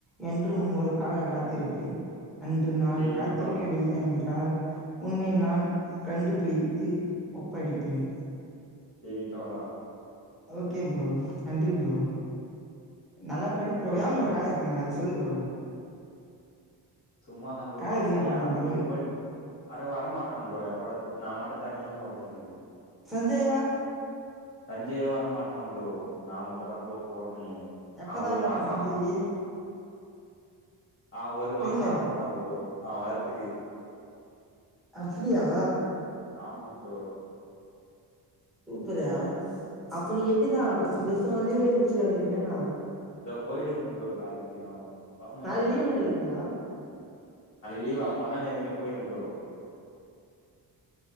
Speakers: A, in the centre; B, on the left (about 30°).
A: என்றும் உங்களுக்காக காத்திருப்பேன் அன்று நான்
B: சேரிங்க
A: காத்திருக்கவில்லை
B: தோழா
A: என்றால் உன்னை நான் கண்டுபிடித்து ஒப்படைப்பேன்
B: செரி தோழா
A: ஓகே ப்ரோ நன்றி ப்ரோ நல்லா படி ப்ரோ
B: ஓகேங்
A: ஏ ப்ரோ
B: தோழா
A: காலேஜ் போமாட்ட அது சொல்லு ப்ரோ
B: சும்மாதா ப்ரே
A: காலேஜ்
B: பசங்க
A: ஏ போமாட்றீங்க
B: யாராவு வெறுப்பா <inaudible> அற வரமாட்டாங்க ப்ரோ ஏங்கூட நா மட்டு தனியா போந்தா இருக்குது
A: சஞ்சயா
B: சஞ்சயு வர மாட்றா ப்ரோ நா மட்டுந்தா ப்ரோ போ னே
A: எப்பதா
B: ஆ ஒரு
A: இருப்பானா
B: மாச
A: சஞ்சயி
B: ஆகுமா ஆ ஒரு
A: புரில
B: மாச ஆகுமா ப்ரோ அவ வரத்துக்கு
A: அப்டியா
B: ஆமா ப்ரோ
A: எப்பரா அப்ப நீ எப்பிடிதா ஆபிஸ் இந்த வருஷ லீவுலயே முடிச்சலான் இருக்கிங்ளா என்னா
B: இதா போயிடுவ ப்ரோ நாளைக்கு ந பசங்களா
A: நாளைக்கு
B: வர
A: லீவு
B: வெச்சுட்டு
A: நெனைக்கிறேன்டா
B: லீவா அப்ப ஒன்னாந் தேதி அன்னைக்கு போயிருவ ப்ரோ